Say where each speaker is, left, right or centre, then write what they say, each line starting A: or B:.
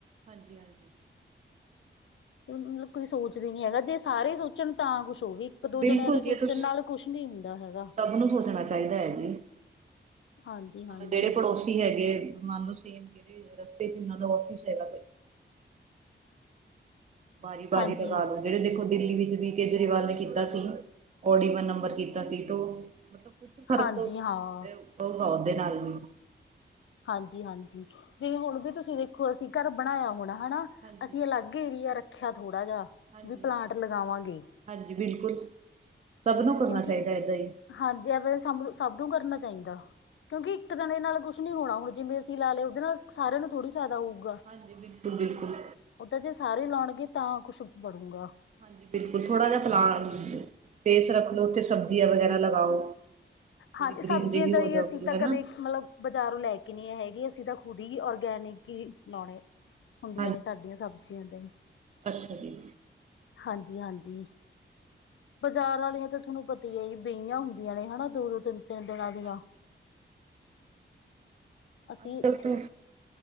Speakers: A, on the right; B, on the left.
A: ਹਾਂਜੀ ਹਾਂਜੀ।
B: ਹੂੰ ਕੋਈ ਸੋਚਦੇ ਨੀ ਹੈਗਾ। ਜੇ ਸਾਰੇ ਸੋਚਣ ਤਾਂ ਕੁਝ ਹੋਵੇ। ਇੱਕ ਦੋ
A: ਬਿਲਕੁਲ
B: ਜਣਿਆਂ ਦੇ
A: ਜੀ
B: ਸੋਚਣ
A: ਇਹ ਤਾਂ
B: ਨਾਲ ਕੁਝ। ਨਹੀਂ ਹੁੰਦਾ ਹੈਗਾ।
A: ਸਭ ਨੂੰ ਸੋਚਣਾ ਚਾਹੀਦਾ ਹੈ ਜੀ
B: ਹਾਂਜੀ ਹਾਂਜੀ
A: ਜਿਹੜੇ ਪੜੋਸ। ਹੈਗੇ ਮੰਨ ਲਓ ਸੇਮ ਜਿਹੜੇ ਰਸਤੇ ਤੇ ਉਹਨਾਂ ਦਾ ਆਫਿਸ ਹੈਗਾ। ਵਾਰੀ ਵਾਰੀ
B: ਹਾਂਜੀ
A: ਲੱਗਾ ਲੋ। ਜਿਹੜੇ ਦੇਖੋ ਦਿੱਲੀ ਵਿੱਚ ਵੀ ਕੇਜਰੀਵਾਲ ਨੇ ਕੀਤਾ ਸੀ। ਓਡ ਈਵਨ ਨੰਬਰ ਕੀਤਾ ਸੀ ਤੋ। ਕੁਝ ਫ਼ਰਕ
B: ਹਾਂਜੀ
A: ਪਉ।
B: ਹਾਂ
A: ਪਊਗਾ ਉਹਦੇ ਨਾਲ ਵੀ।
B: ਹਾਂਜੀ ਹਾਂਜੀ ਜਿਵੇਂ ਹੁਣ ਵੀ ਤੁਸੀਂ ਦੇਖੋ। ਅਸੀਂ ਘਰ ਬਣਾਇਆ ਹੋਣਾ ਹੈਨਾ।
A: ਹਾਂਜੀ
B: ਅਸੀਂ
A: ਹਾਂਜੀ
B: ਅਲੱਗ ਏਰੀਆ ਰੱਖਿਆ ਥੋੜਾ ਜਾ।
A: ਹਾਂਜੀ
B: ਵੀ ਪਲਾਂਟ ਲਗਾਵਾਂਗੇ।
A: ਹਾਂਜੀ ਬਿਲਕੁਲ ਸਭ ਨੂੰ ਕਰਨਾ
B: ਕਿਉਂਕਿ
A: ਚਾਹੀਦਾ ਏਦਾਂ ਹੀ।
B: ਹਾਂਜੀ ਐਵੇ ਸਾਨੂੰ ਸਭ ਨੂੰ ਕਰਨਾ ਚਾਹੀਦਾ। ਕਿਉਂਕਿ ਇੱਕ ਜਣੇ ਨਾਲ ਕੁਝ ਨੀ ਹੋਣਾ। ਹੁਣ ਜਿਵੇਂ ਅਸੀਂ ਲਾ ਲਏ ਉਹਦੇ ਨਾਲ ਸਾਰੇਆਂ ਨੂੰ ਥੋੜੀ ਫਾਇਦਾ ਹੋਊ।
A: ਹਾਂਜੀ ਬਿਲਕੁਲ ਬਿਲਕੁਲ।
B: ਉਹ ਤਾਂ ਜੇ ਸਾਰੇ ਲਾਉਣਗੇ ਤਾਂ ਕੁਝ ਬਣੁਗਾ।
A: ਹਾਂਜੀ ਬਿਲਕੁਲ ਥੋੜਾ ਜਿਹਾ ਫਲਾਣ ਤੇੇਸ ਰੱਖ ਲੋ ਉੱਥੇ। ਦਿਆ ਵਗੈਰਾ ਲਗਾਓ। ਥੋੜੀ
B: ਹਾਂਜੀ ਸਬਜ਼ੀਆਂ
A: ਗਰੀਨਰੀ ਵੀ
B: ਤਾਂ
A: ਹੋ
B: ਹੀ
A: ਜਾਊਗੀ
B: ਅਸੀਂ ਤਾਂ
A: ਹੈਨਾ।
B: ਕਦੇ ਮਤਲਬ ਬਾਜ਼ਾਰੋਂ ਲੈ ਕੇ ਨਹੀਂ ਹੈਗੇ। ਅਸੀਂ ਤਾਂ ਖੁਦ ਹੀ ਔਰਗੈਨਿਕ ਹੀ ਲਾਉਣੇ। ਹੁੰਦੀਆਂ
A: ਹਾਂਜੀ
B: ਨੇ ਸਾਡੀਆਂ ਸਬਜ਼ੀਆਂ ਤੇ।
A: ਅੱਛਾ ਜੀ।
B: ਹਾਂਜੀ ਹਾਂਜੀ। ਬਜ਼ਾਰ ਵਾਲੀਆਂ ਤੇ ਤੁਹਾਨੂੰ ਪਤਾ ਹੀ ਬਹੀਆਂ ਹੁੰਦੀਆਂ ਨੇ ਹੈਨਾ ਦੋ-ਦੋ ਤਿੰਨ-ਤਿੰਨ ਦਿਨਾਂ ਦੀਆ।
A: ਹਾਂਜੀ
B: ਅਸੀਂ।
A: ਅੱਜ ਕੱਲ ਤੋਂ